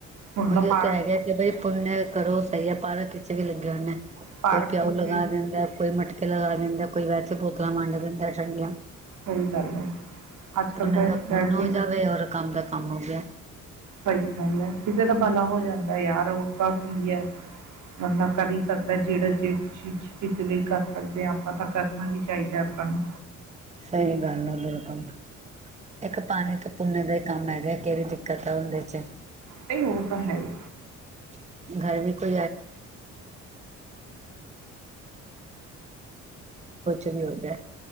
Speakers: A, on the right (about 75°); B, on the right (about 20°).
A: ਹੁਣ
B: ਓਹੀਓ
A: ਤਾਂ ਪਾਰਕ
B: ਤੇ ਹੈਗਾ ਕਿ ਬਈ ਪੁਨਏ ਕਰੋ ਸਹੀ ਹੈ ਪਾਰ ਚ ਵੀ ਲੱਗਿਆ ਹੋਨਾ ਐ।
A: ਪਾਰਕ
B: ਕੋਈ ਪਿਆਓ
A: ਵਿੱਚ
B: ਲਗਾ
A: ਵੀ
B: ਦੇਂਦਾ ਐ, ਕੋਈ ਮਟਕੇ ਲਗਾ ਦੇਂਦਾ ਐ ਕੋਈ ਵੈਸੇ <unintelligible>
A: ਸਹੀ ਗੱਲ ਹੈ ਅੱਜ ਕੱਲ
B: ਉਹਨ
A: ਤਾਂ
B: ਦਾ ਪੁੁੰਨ
A: ਵੈਸੇ
B: ਹੋ
A: ਹੀ
B: ਜਾਵੇ ਔਰ ਕੰਮ ਦਾ ਕੰਮ ਹੋ ਗਿਆ।
A: ਸਹੀ ਗੱਲ ਹੈ ਕਿਸੇ ਦਾ ਭਲਾ ਹੋ ਜਾਂਦਾ ਯਾਰ ਰ ਤਾਂ ਕੀ ਹੈ ਬੰਦਾ ਕਦੀ ਸਕਦਾ ਜਿਹੜਾ ਜੇ ਚੀਜ਼ ਇਸ ਲਈ ਕਰ ਸਕਦੇ ਹਾਂ ਆਪਾਂ ਤਾਂ ਕਰਨਾ ਵੀ ਚਾਹੀਦਾ ਆਪਾਂ ਨੂੰ।
B: ਸਹੀ ਗਲ ਹੈ <inaudible> ਇੱਕ ਪਾਣੀ ਤੋਂ ਭੁੰਨੇ ਦਾ ਹੀ ਕੰਮ ਹੈਗੇ ਕਿਹੜੀ ਦਿੱਕਤ ਹੈ ਉਹਦੇ ਚ
A: ਬਈ ਔ ਤਾਂ ਹੈ ਹੀ
B: <unintelligible> ਕੁਛ ਵੀ ਹੋ ਜਾਏ।